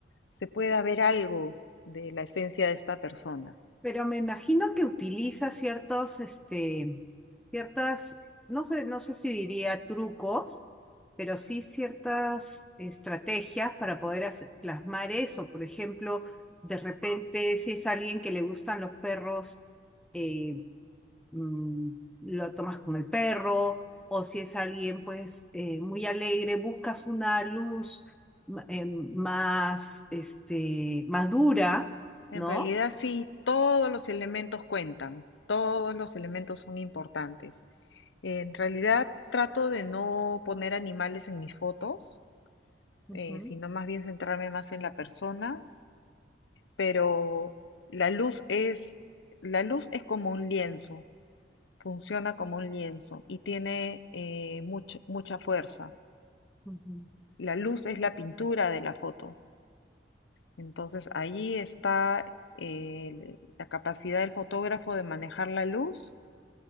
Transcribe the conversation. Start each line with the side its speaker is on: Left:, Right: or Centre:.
Left: se pueda ver algo de la esencia de esta persona.
Centre: Pero me imagino que utiliza ciertos, este, ciertas, no sé, no sé si diría trucos, pero sí ciertas estrategias para poder hace- plasmar eso. Por ejemplo, de repente, si es alguien que le gustan los perros, eh, mm, lo tomas con el perro, o si es alguien, pues, eh, muy alegre, buscas una luz ma- em, más, este, más dura,
Left: En
Centre: ¿no?
Left: realidad sí, todos los elementos cuentan, todos los elementos son importantes. En realidad trato de no poner animales en mis fotos,
Centre: Ujú,
Left: eh, sino más bien centrarme más en la persona, pero la luz es, la luz es como un lienzo, funciona como un lienzo y tiene eh, mucha, mucha fuerza.
Centre: ujú.
Left: La luz es la pintura de la foto, entonces ahí está eh, la capacidad del fotógrafo de manejar la luz,